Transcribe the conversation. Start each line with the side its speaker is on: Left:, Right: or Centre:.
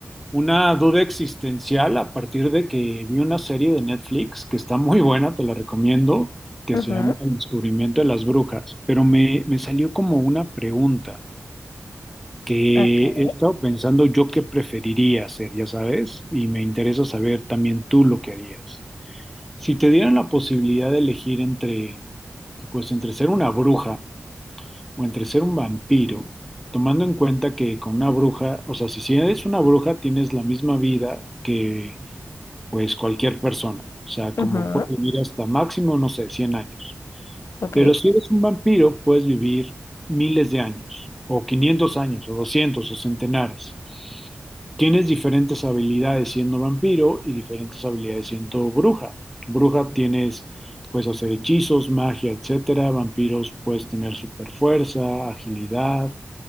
Centre: una duda existencial a partir de que vi una serie de Netflix que está muy buena, te la recomiendo, que
Left: Ujú,
Centre: se llama El descubrimiento de las brujas, pero me, me salió como una pregunta que
Left: Okay.
Centre: he estado pensando yo qué preferiría hacer, ya sabes, y me interesa saber también tú lo que harías. Si te dieran la posibilidad de elegir entre, pues entre ser una bruja, o entre ser un vampiro, tomando en cuenta que con una bruja, o sea, si, si eres una bruja, tienes la misma vida que pues cualquier persona. O sea, como
Left: ujú,
Centre: puedes vivir hasta máximo, no sé, 100 años.
Left: ok.
Centre: Pero si eres un vampiro, puedes vivir miles de años, o 500 años, o 200 o centenares. Tienes diferentes habilidades siendo vampiro y diferentes habilidades siendo bruja. Bruja tienes, puedes hacer hechizos, magia, etcétera. Vampiros puedes tener super fuerza, agilidad